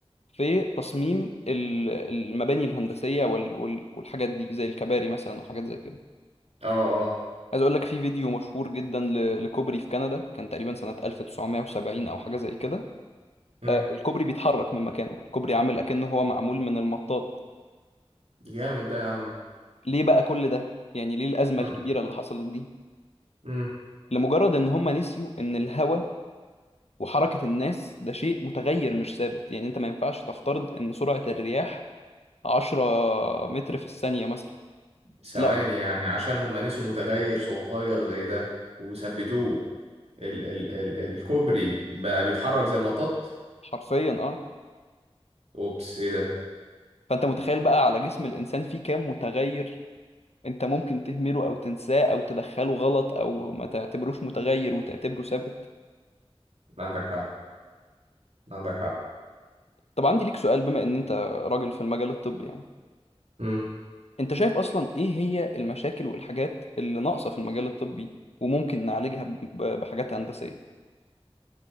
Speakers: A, on the left (about 80°); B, on the right (about 80°).
A: في تصميم ال- المباني الهندسية وال- وال- والحاجات دي زي الكباري مثلا وحاجات زي كده
B: اه اه
A: عايز اقول لك في فيديو مشهور جدا ل- لكوبري في كندا كان تقريبا سنة 1970 او حاجة زي كده
B: امم
A: آه، الكوبري بيتحرك من مكانه الكوبري عامل اكنه هو معمول من المطاط
B: جامد ده يا عم
A: ليه بقى كل ده يعني ليه الأزمة
B: امم
A: الكبيرة اللي حصلت دي
B: امم
A: لمجرد ان هم نسيوا ان الهواء وحركة الناس ده شيء متغير مش ثابت يعني انت ما ينفعش تفترض ان سرعة الرياح 10 متر في الثانية مثلا
B: ثواني
A: لا
B: يعني عشان هم نسوا متغير صغير زي ده وثبتوه ال ال ال الكوبري بقى بيتحرك زي المطاط
A: حرفيا اه
B: اوبس ايه ده
A: فانت متخيل بقى على جسم الانسان فيه كام متغير انت ممكن تهمله او تنساه او تدخله غلط او ما تعتبروش متغير وتعتبره ثابت
B: عندك حق عندك
A: طب عندي ليك سؤال بما ان انت راجل في المجال الطبي يعني
B: حق
A: انت شايف اصلا ايه هي المشاكل والحاجات اللي ناقصة في المجال الطبي وممكن نعالجها ب- ب- بحاجات هندسية